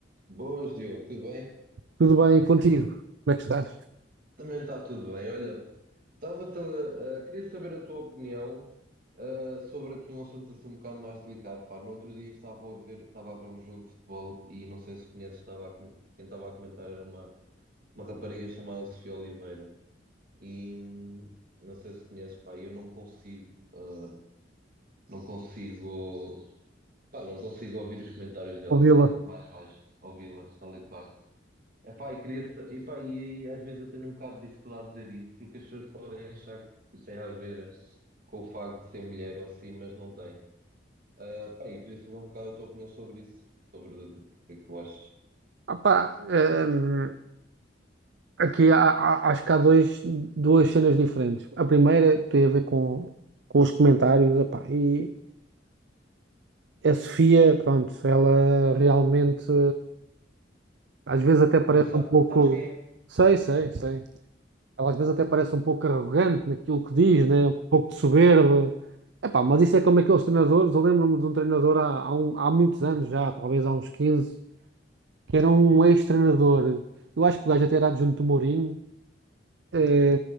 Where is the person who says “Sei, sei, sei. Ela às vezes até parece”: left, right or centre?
Right